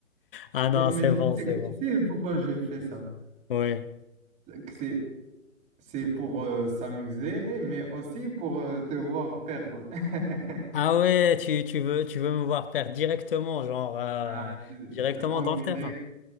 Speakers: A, on the left; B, on the right.
A: Ah
B: Mais,
A: non,
B: mais
A: c'est
B: tu
A: bon,
B: sais,
A: c'est bon.
B: tu sais pourquoi j'ai fait ça?
A: Oui.
B: que C'est, c'est pour euh, s'amuser, mais aussi pour euh, te voir perdre. <laughs>
A: Ah ouais, tu, tu veux, tu veux me voir faire directement, genre euh,
B: Ah, je-
A: directement
B: c'est en
A: dans
B: direct.
A: le terrain.